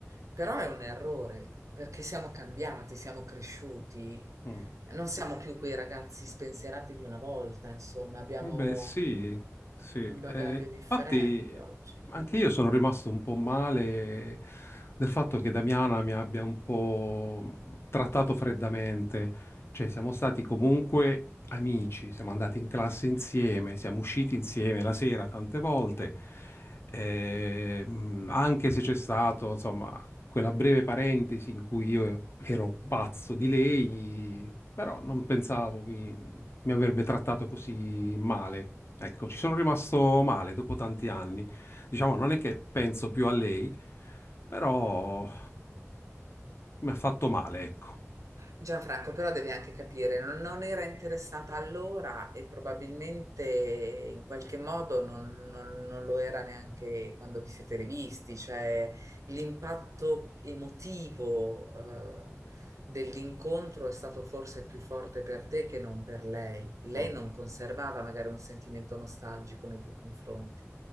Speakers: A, on the right (about 80°); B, on the left (about 50°).
A: però è un errore perché siamo cambiati, siamo cresciuti,
B: Mm.
A: non siamo più quei ragazzi spensierati di una volta, insomma, abbiamo
B: Beh, sì, sì.
A: un bagaglio
B: Eh,
A: differente
B: infatti,
A: oggi.
B: anche io sono rimasto un po' male del fatto che Damiana mi abbia un po' trattato freddamente. Cioè, siamo stati comunque amici, siamo andati in classe insieme, siamo usciti insieme la sera tante volte. Eh, mh, anche se c'è stato, insomma, quella breve parentesi in cui io ero pazzo di lei, però non pensavo mi avrebbe trattato così male. Ecco, ci sono rimasto male dopo tanti anni. Diciamo, non è che penso più a lei, però mi ha fatto male, ecco.
A: Gianfranco, però devi anche capire, non, non era interessata allora e probabilmente in qualche modo non, non- non lo era neanche quando vi siete rivisti, cioè l'impatto emotivo, eh, dell'incontro è stato forse più forte per te che non per lei. Lei
B: Mm.
A: non conservava magari un sentimento nostalgico nei tuoi confronti.